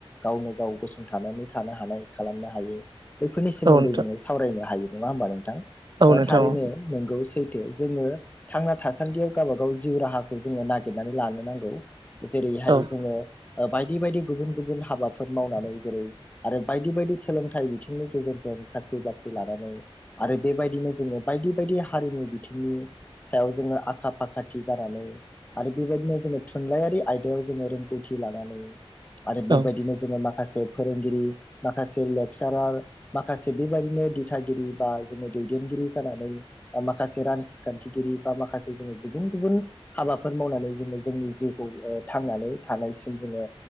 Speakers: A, on the left; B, on the right.
A: गावनो गाव गसंथानानै थानो हानाय खालामनो हायो बेफोरनि सोमोन्दै
B: औ नोंथां
A: जोङो सावरायनो हायो नङा होमबा नोंथां
B: औ नोंथां
A: थारैनो
B: औ
A: नोंगौ सैथो जोङो थांना थासान्दियाव गावबा गाव जिउ राहाखौ जोङो नागिरनानै लानो नांगौ जेरैहाय
B: औ
A: जोङो बायदि बायदि गुबुन गुबुन हाबाफोर मावनानै जेरै आरो बायदि बायदि सोलोंथाइ बिनि गेजेरजों साख्रि बाख्रि लानानै आरो बेबायदिनो जोङो बायदि बायदि हा हारिमु बिथिंनि सायाव जोङो आखा फाखाथि जानानै आरो बेबायदिनो जोङो थुनलाइयारि आयदायाव जोङो रोंगौथि लानानै आरो बेबायदिनो
B: औ
A: जोङो माखासे फोरोंगिरि माखासे <unintelligible> माखासे बेबायदिनो दिथागिरि बा जोङो दैदेनगिरि जानानै माखासे रासखान्थिगिरि बा माखासे जोङो गुबुन गुबुन हाबाफोर मावनानै जोङो जोंनि जिउखौ थांनानै थानायसिम जोङो